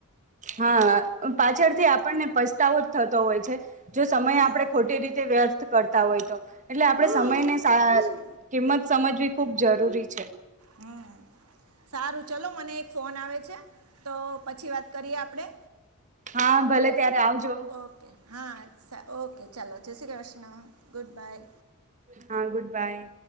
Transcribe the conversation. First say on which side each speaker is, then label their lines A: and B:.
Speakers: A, on the right; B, on the right.
A: હા, પાછળથી આપણને પસ્તાવો જ થતો હોય છે. જો સમય
B: હમ
A: આપણે ખોટી રીતે વ્યર્થ કરતા હોય તો એટલે આપણે
B: હા
A: સમયને
B: સાચી
A: સા
B: વાત છે
A: કિંમત સમજવી ખૂબ જરૂરી છે.
B: હમ્મ, સારું. ચલો મને એક ફોન આવે છે તો પછી વાત કરીએ આપણે.
A: હા ભલે ત્યારે આવજો.
B: ઓકે હા ઓકે ચાલો જય શ્રી કૃષ્ણ, ગુડ બાય.
A: હા ગુડ બાય.